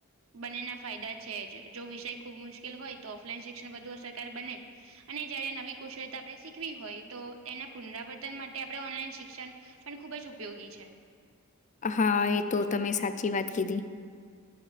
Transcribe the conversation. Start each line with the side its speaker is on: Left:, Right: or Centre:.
Right: બંનેના ફાયદા છે જ જો વિષય. ખબ મુશ્કેલ હોય તો ઓફલાઈન શિક્ષણ બધુ અસરકાર બને અને જયારે નવી કુશળતા આપણે શીખવી હોય. તો એના પુનરાવર્તન માટે આપણે ઓનલાઈન શિક્ષણ પણ ખુબ જ ઉપયોગી છે.
Left: હા એ તો તમે સાચી વાત કીધી